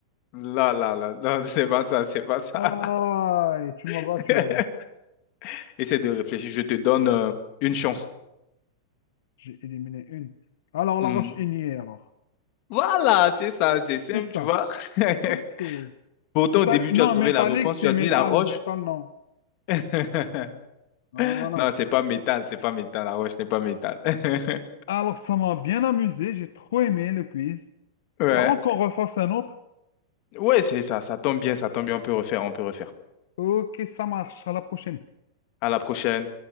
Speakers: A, on the left; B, on the left.
A: Là, là, là, non, <laughs> c'est pas ça, c'est pas ça.
B: Ah, et tu m'as
A: <laughs>
B: battu alors.
A: Essaie de réfléchir, je te donne euh, une chance.
B: J'ai éliminé une. Alors, la
A: Hmm.
B: roche ignée, alors.
A: Voilà, c'est ça, c'est simple,
B: C'est ça.
A: tu vois. <laughs>
B: Ok.
A: Pourtant,
B: Méta-
A: au début,
B: Non,
A: tu as trouvé
B: métallique,
A: la réponse,
B: c'est
A: tu as
B: métal.
A: dit la roche.
B: Métal, non.
A: <laughs>
B: Voilà.
A: Non, c'est pas métal, c'est pas métal, la roche n'est pas métal. <laughs>
B: Alors, ça m'a bien amusé. J'ai trop aimé le quiz.
A: Ouais.
B: Espérons qu'on refasse un autre.
A: Ouais, c'est ça, ça tombe bien, ça tombe bien, on peut refaire, on peut refaire.
B: Ok, ça marche. À la prochaine.
A: À la prochaine.